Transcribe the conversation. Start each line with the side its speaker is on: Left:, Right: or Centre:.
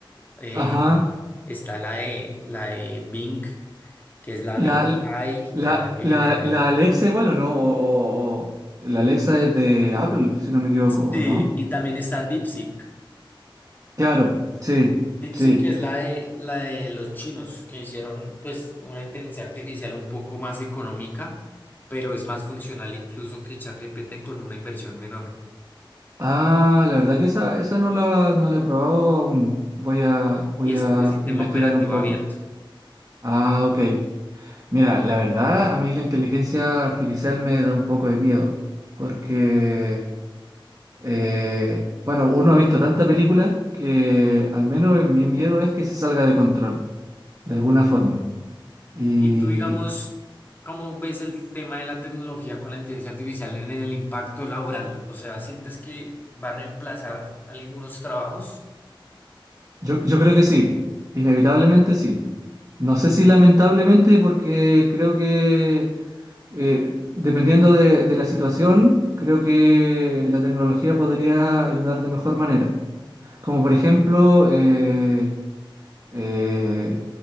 Left: eh,
Right: Ajá.
Left: está la de la de Bing, que es la
Right: ¿La,
Left: Bing AI,
Right: la,
Left: que es la que
Right: la,
Left: genera.
Right: la Alexa igual o no? O, o- o- la Alexa es de Apple, si no me equivoco,
Left: Sí,
Right: ¿o no?
Left: y también está DeepSeek.
Right: Claro, sí,
Left: DeepSeek
Right: sí.
Left: que es la de, la de los chinos que hicieron pues una inteligencia artificial un poco más económica, pero es más funcional incluso que ChatGPT con una inversión menor.
Right: Ah, la verdad que esa, esa no la, no la he probado aún. Voy a, voy
Left: Y es
Right: a
Left: de sistema
Right: investigar
Left: operativo
Right: un poco.
Left: abierto.
Right: Ah, ok. Mira, la verdad, a mí la inteligencia artificial me da un poco de miedo porque... Eh, bueno, uno ha visto tanta película que al menos mi miedo es que se salga de control, de alguna forma. Y
Left: Y tú digamos, ¿cómo ves el tema de la tecnología con la inteligencia artificial en, en el impacto laboral? O sea, ¿sientes que va a reemplazar algunos trabajos?
Right: yo, yo creo que sí, inevitablemente sí. No sé si lamentablemente porque creo que eh, dependiendo de, de la situación, creo que la tecnología podría ayudar de mejor manera. Como por ejemplo, eh, eh,